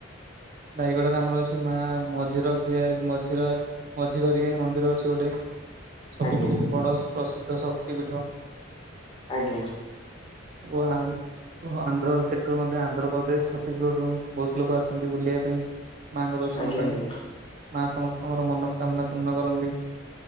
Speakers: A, on the right; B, on the left.
A: ରାୟଗଡାରେ ଆମର ଅଛି ମା ମଝିରକିଆ ମଝିର ମଝିଘରିଆଣୀ ମନ୍ଦିର ଅଛି ଗୋଟେ। ସବୁଠୁ
B: ଆଜ୍ଞା
A: ବଡ଼ ପ୍ରସିଦ୍ଧ ଶକ୍ତିପୀଠ।
B: ଆଜ୍ଞା।
A: <inaudible> ସେଠୁ ମଧ୍ୟ ଆନ୍ଧ୍ରପ୍ରଦେଶ ଛତିଶଗଡରୁ ବହୁତ ଲୋକ ଆସନ୍ତି ବୁଲିବା ପାଇଁ। ମାଙ୍କ ଦର୍ଶନ
B: ଆଜ୍ଞା
A: ପାଇଁ,
B: ଆଜ୍ଞା
A: ମା ସମସ୍ତଙ୍କର ମନସ୍କାମନା ପୂର୍ଣ୍ଣ କରନ୍ତି।